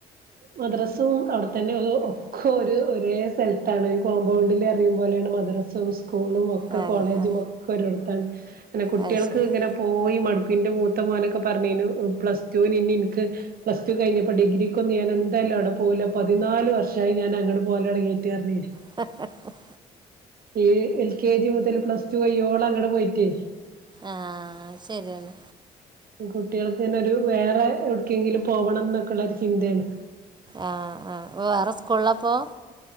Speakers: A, on the right; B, on the right.
A: മദ്രാസും അവ്ടെത്തന്നെ അതൊ ഒക്കെ ഒരു ഒരേ സ്ഥലത്താണ് കോമ്പൗണ്ടില്റീമ്പോലേണ് മദ്ര സും സ്കൂളും ഒക്കെ
B: ആ
A: കോളേജും
B: ആ
A: ഒക്കെ ഒരോടത്താണ് പിന്നെ കുട്ടികൾക്ക്
B: അത് ശരി
A: ഇങ്ങനെപോ പോയി മടുക്കും ന്റെ മൂത്ത മോനൊക്കെ പറഞ്ഞീന്നു പ്ലസ്ടൂനിൻക്ക് പ്ലസ്ടു കഴിഞ്ഞപ്പോ ഡിഗ്രികൊന്ന് ഞാന് ന്തയാലും അവിടെ പോവൂല പതിനാല് വർഷായി ഞാന് അങ്ങട് പോകലൊടങ്ങീറ്റ്റഞ്ഞീന്ന്.
B: ്്്
A: ഈ എൽ കെ ജി മുതല് പ്ലസ്ടു കയ്യോളങ്ങട്പോയിറ്റെയ്.
B: ആഹ് ശരിയാണ്
A: കുട്ടികൾക് ഇങ്ങനെ ഒരു വേറെഎവ്ട് ക്കങ്കിലും പോവണം എന്നൊക്കള്ള ഒരു ചിന്തേണ്
B: ആഹ് ആഹ് ആവേറെ സ്കൂളിലാ പോ